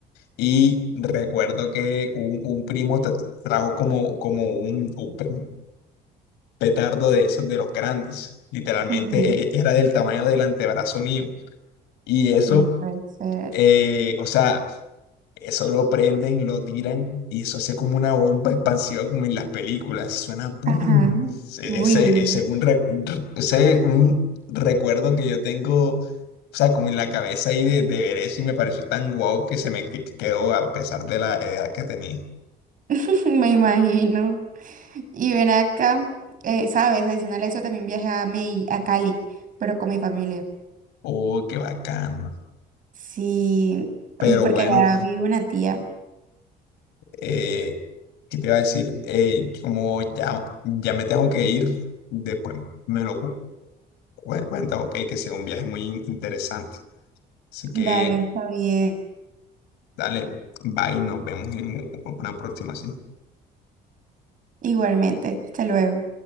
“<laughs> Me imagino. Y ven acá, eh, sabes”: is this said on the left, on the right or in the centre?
Right